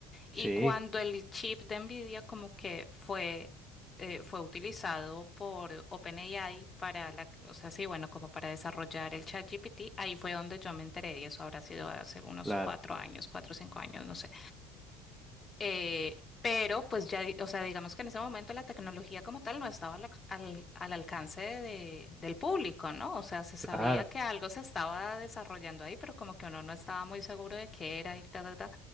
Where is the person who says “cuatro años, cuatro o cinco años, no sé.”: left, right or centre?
Left